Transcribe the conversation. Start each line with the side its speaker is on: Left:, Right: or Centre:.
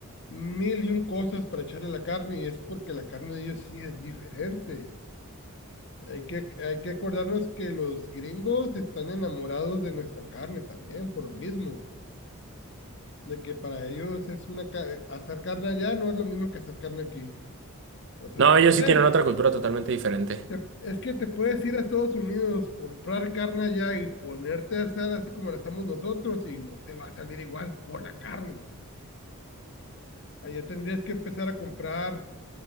Left: mil y un cosas para echarle a la carne y es porque la carne de ellos sí es diferente. Hay que, hay que acordarnos que los gringos están enamorados de nuestra carne también, por lo mismo, de que para ellos es una ca- hacer carne allá no es lo mismo que hacer carne aquí. O sea,
Right: No,
Left: si te
Right: ellos
Left: puedes,
Right: sí tienen otra cultura totalmente diferente.
Left: te- es que te puedes ir a Estados Unidos, comprar carne allá y ponerte a hacer así como la hacemos nosotros y no te va a salir igual por la carne. Allá tendrías que empezar a comprar